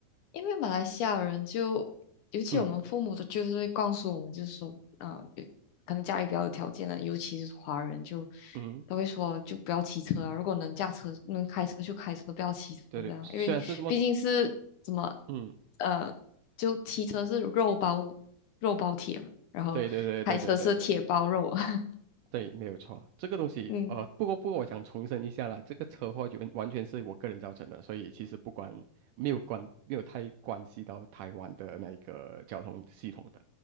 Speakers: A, on the left; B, on the right.
A: 因为马来西亚人就，尤其我们父母的，
B: 嗯
A: 就是会告诉我们，就是说，啊、有可能家里比较有条件的，尤其是华人就，
B: 嗯，
A: 都会说，就不要骑车啊，如果能驾车、能开车就开车，不要骑车这样，
B: 对对，虽然是这么说，
A: 因为毕竟是怎么，
B: 嗯，
A: 呃，就骑车是肉包肉包铁嘛，然后开车是铁包肉啊，
B: 对对对对对对对
A: <laughs>
B: 对，没有错。这个东西，
A: 嗯，
B: 呃，不过不过，我想重申一下啦，这个车祸完完全是我个人造成的，所以其实不关没有关没有太关系到台湾的那个交通系统的，